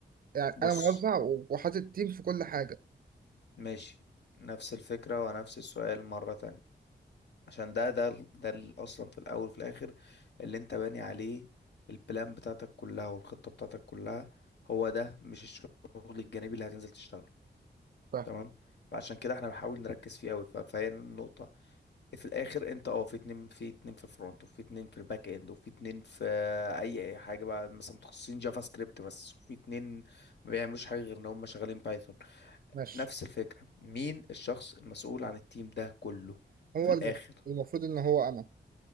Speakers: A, on the right; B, on the left.
A: يعني
B: بص
A: انا موزع وحاطط تيم في كل حاجه
B: ماشي نفس الفكرة ونفس السؤال مرة تانية عشان ده ده ال- ده ال- اصلا في الاول وفي الاخر اللي انت باني عليه البلان بتاعتك كلها والخطة بتاعتك كلها هو ده مش الشغل الجانبي اللي هتنزل تشتغله
A: فاهم
B: تمام فعشان كده احنا بنحاول نركز فيه قوي ف- فهي النقطة في الاخر انت اه في اتنين في اتنين في الفرونت وفي اتنين في الباك اند وفي اتنين في اي اي حاجة بقى مثلا متخصصين جافا سكريبت بس وفي اتنين ما بيعملوش حاجة غير ان هم شغالين بايثون
A: ماشي
B: نفس الفكرة مين الشخص المسؤول عن التيم ده كله
A: هو
B: في الاخر
A: المف- المفروض ان هو انا